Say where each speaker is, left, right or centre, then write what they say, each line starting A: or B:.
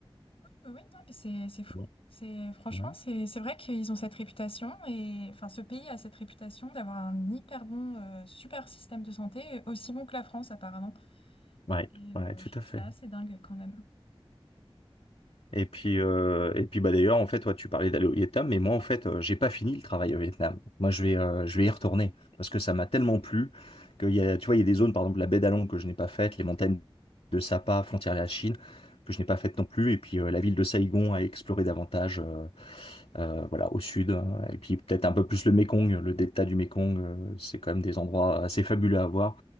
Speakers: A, on the left (about 70°); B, on the left (about 80°).
A: Euh, oui, non, mais c'est c'est fou.
B: Bon,
A: C'est franchement,
B: Ouais.
A: c'est c'est vrai qu'ils ont cette réputation et enfin ce pays a cette réputation d'avoir un hyper bon, euh, super système de santé, aussi bon que la France apparemment.
B: Ouais,
A: Et euh,
B: ouais, tout
A: je trouve
B: à fait.
A: ça assez dingue quand même.
B: Et puis, euh, et puis bah d'ailleurs, en fait, toi, tu parlais d'aller au Vietnam, mais moi, en fait, euh, j'ai pas fini le travail au Vietnam. Moi, je vais, euh, je vais y retourner parce que ça m'a tellement plu qu'il y a, tu vois, il y a des zones, par exemple, la baie d'Along que je n'ai pas faite, les montagnes de Sapa, frontière à la Chine, que je n'ai pas faites non plus, et puis euh, la ville de Saigon à explorer davantage, euh, euh, voilà, au sud, hein. et puis peut-être un peu plus le Mékong, le delta du Mékong, euh, c'est quand même des endroits assez fabuleux à voir.